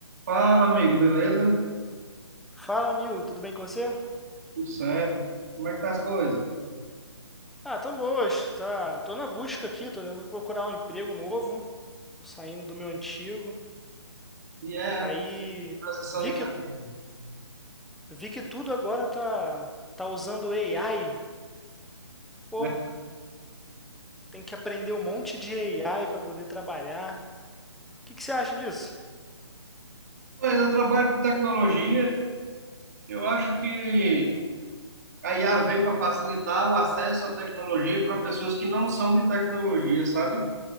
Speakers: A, on the right (about 35°); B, in the centre.
A: Fala, amigo, beleza?
B: Fala, Nil, tudo bem com você?
A: Tudo certo? Como é que tá as coisas?
B: Ah, tão boas, tá. Tô na busca aqui, tô tentando procurar um emprego novo, tô saindo do meu antigo.
A: E é
B: Aí
A: transição
B: vi
A: de
B: que
A: carreira.
B: vi que tudo agora tá tá usando AI. Pô,
A: né?
B: tem que aprender um monte de AI para poder trabalhar. O que que você acha disso?
A: Pois eu trabalho com tecnologia, eu acho que a IA veio para facilitar o acesso à tecnologia para pessoas que não são de tecnologia, sabe?